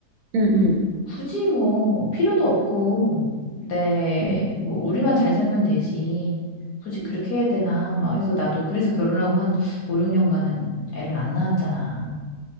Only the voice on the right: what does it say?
음. 음.
음.
음.